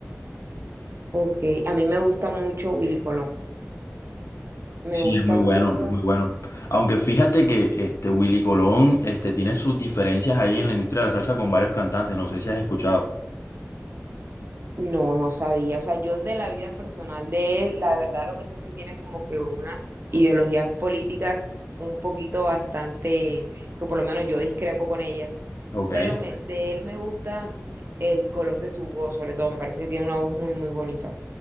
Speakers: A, on the right; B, on the left.
A: Ok, a mí me gusta mucho Willy Colón. Me
B: Sí,
A: gusta
B: es muy
A: mucho.
B: bueno, es muy bueno. Aunque fíjate que este Willy Colón este, tiene sus diferencias ahí en la industria de la salsa con varios cantantes, no sé si has escuchado.
A: No, no sabía. O sea, yo de la vida personal de él, la verdad lo que sé es que tiene como que unas ideologías políticas un poquito bastante, que por lo menos yo discrepo con ellas.
B: Ok.
A: Pero me, de él me gusta el color de su voz, sobre todo. Me parece que tiene una voz muy, muy bonita.